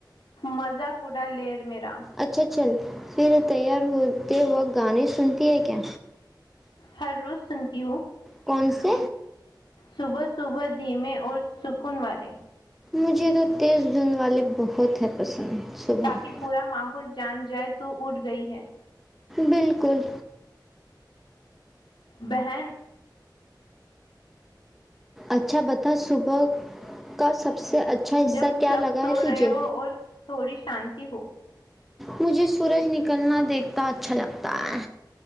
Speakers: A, on the left; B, in the centre.
A: مزہ کوا لےیر میرا
B: اچھا چل پھر تیار ہوتے وقت گانے سنتی ہے کیا
A: ہر روز سنتی ہو
B: کون سے
A: صبح صبح دھیمے اور سکون والے
B: مجھے تو تیز دھند والے بہت ہیں پسند صبح
A: تاکہ پورا ماحول جان جائے تو اٹ گئی ہے
B: بالکل
A: بہن
B: اچھا بتا صبح کا سب سے اچھا حصہ
A: جب
B: کیا
A: سب
B: لگا
A: سو
B: ہے تجھے
A: رہے ہو اور تھوڑی شانتی ہو
B: مجھے سورج نکلنا دیکھتا اچھا لگتا ہے